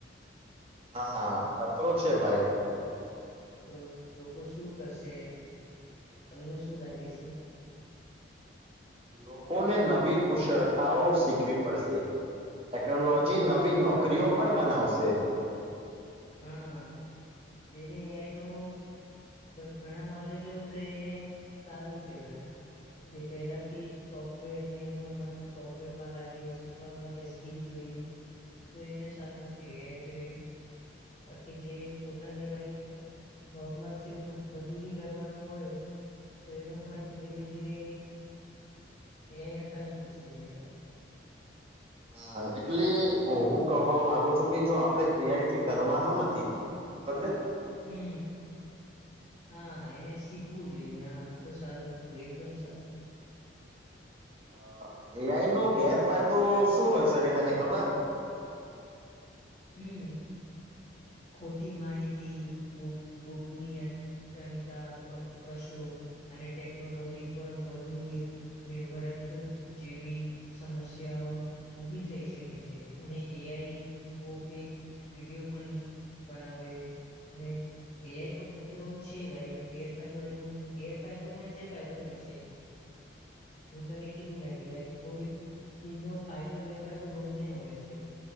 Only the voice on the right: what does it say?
હા ખતરો છે ભાઈ.
લોકોને નવી કુશળતાઓ શીખવી પડશે. ટેકનોલોજી
નવી નોકરીઓ. પણ બનાવશે.
હ એટલે હું કવા માંગુ છું કે જો આપડે એઈથી ડરવાનો નથી બલે.
અ એઆઈ નો ગેરફાયદો શું હોય શકે તને ખબર.